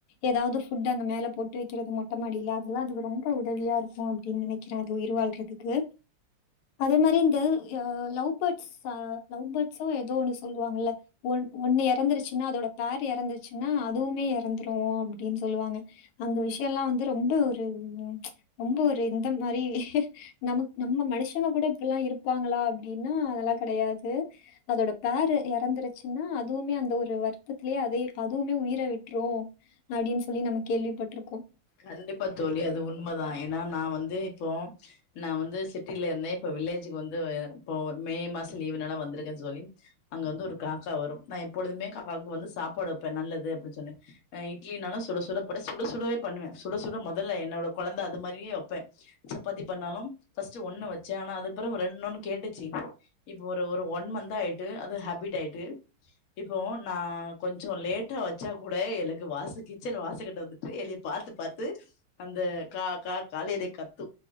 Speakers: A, on the left (about 80°); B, on the left (about 55°).
A: எதாவது ஃபுட் அங்க மேல போட்டு வைக்குறது மட் டமாடியல அதெல்லா அதுக்கு ரொம்ப உதவியா இருக்கு அப்டின்னு நெனைக்கிறே அது உயிர் வாழ்றதுக்கு அதே மாதரி இந்த அ லவ் பேட்ஸா லவ் பேட்ஸோ ஏதோ ஒன்னு சொல்லுவாங்கல்ல ஒ ஒ ஒன்னு எறந்துருச்சுன்னா அதோட பேர் எறந்துச்சுன்னா அதுவுமே எறந்துரு அப்டின் சொல்லுவாங்க அந்த விஷியோ ல்லா வந்து ரொம்ப ஒரு ரொம்ப ஒரு எந்த மாரி நம் நம்ம மனுஷ் ஷங்க கூட இப்பில்லா இருப்பாங்களா அப்டின்னா அதெல்லா கெடையாது அதோட பேரு எறந்துருச்சுன்னா அதுவுமே அந்த ஒரு வருத்தத்திலயே அதே அதுவுமே உயிர விட்ரு அப்டின்னு சொல்லி நம்ம கேள்விப்பட்ருக்கோ
B: கண்டிப்பா தோழி அது உண்மதா ஏனா நா வந்து இப்போ நா வந்து சிட்டில இருந்தே இப்போ வில்லேஜுக்கு வந்து இப்போ மே மாச லீவ்னால வந்துருக்கே சொல்லி அங்க வந்து ஒரு காக்கா வரு எப்பொழுதுமே காக்காக்கு வந்து சாப்பாடு வெப்பே நல்லது அப்டின்னு சொன்ன அ இட்லினாலு சுட சுட போட் சுடசுடவே பண்ணுவே சுட சுட மொதல்ல என்னோட கொழந்த அது மாரியே வெப்பே சப்பாத்தி பண்ணாலு ஃபஸ்ட்டு ஒண்ணு வெச்சே ஆனா அதுக்கு பிறவு ரெண்னொன் கேட்டுச்சு இப்போ ஒரு ஒரு ஒன் மந்தா ஆயிட்டு அது ஹேபிட் ஆயிட்டு இப்போ நா கொஞ்சோ லேட்டா வச்சா கூட எனக்கு வாச கிச்சன் வாசகிட்ட வந்துட்டு எழுப் பாத்து பாத்து அந்த காகா காலைலயே கத்து